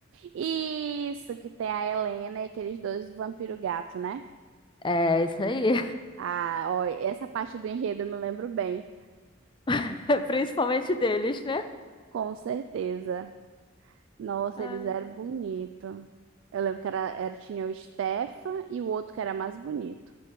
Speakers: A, on the right; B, on the left.
A: Isso, que tem a Helena e aqueles dois vampiro gato, né?
B: É, isso aí.
A: Ah, ó, essa parte do enredo eu me lembro bem,
B: <laughs> Principalmente deles, né?
A: com certeza. Nossa,
B: Ai,
A: eles eram bonitos. Eu lembro que era, era, tinha o Stefan e o outro que era mais bonito.